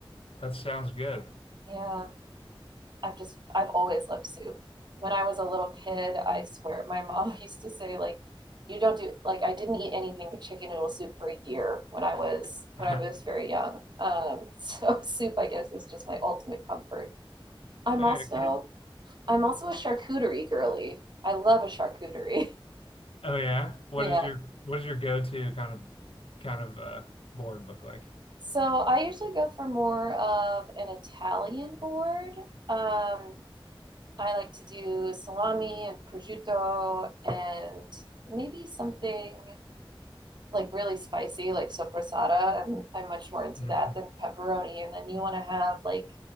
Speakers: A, on the left (about 85°); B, on the right (about 55°).
A: that sounds good.
B: Yeah. I've just I've always loved soup. When I was a little kid, I swear my mom <laughs> used to say like you don't do like I didn't eat anything but chicken noodle soup for a year when I was when
A: <laughs>
B: I was very young. Um, <laughs> so soup I guess is just my ultimate comfort. I'm
A: Hey,
B: also
A: kid.
B: I'm also a charcuterie girly. I love a charcuterie. <laughs>
A: Oh yeah. What
B: Yeah.
A: is your what is your go-to kind of kind of uh, board look like?
B: So I usually go for more of an Italian board. Um, I like to do salami and prosciutto and maybe something like really spicy, like sopressata. I'm, I'm much more into
A: hmm
B: that than pepperoni. And then you want to have like,